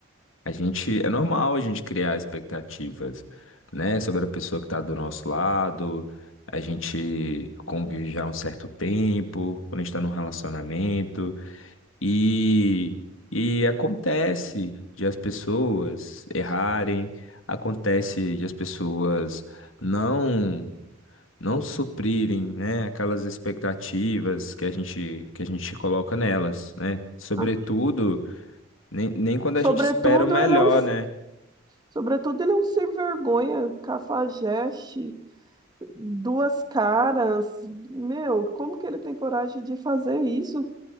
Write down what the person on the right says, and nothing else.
Ah,
Sobretudo,
ele é um.
Sobretudo, ele é um sem vergonha, cafajeste duas caras. Meu, como que ele tem coragem de fazer isso?